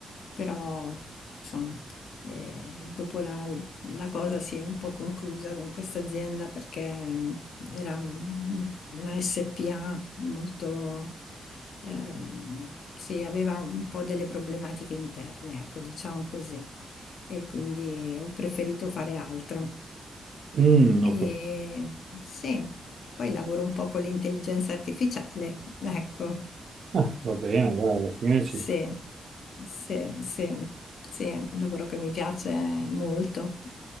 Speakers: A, on the left; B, on the right.
A: però, insomma, eh, dopo la, la cosa si è un po' conclusa con questa azienda perché mm, era un- una SPA molto, ehm, sì, aveva un po' delle problematiche interne, ecco, diciamo così. E quindi ho preferito fare altro.
B: Mm,
A: E
B: ho cap-
A: sì, poi lavoro un po' con l'intelligenza artificiale, <laughs> ecco,
B: Ah, va bene, dai, alla fine ci...
A: sì, sì, sì, sì, è un lavoro che mi piace molto.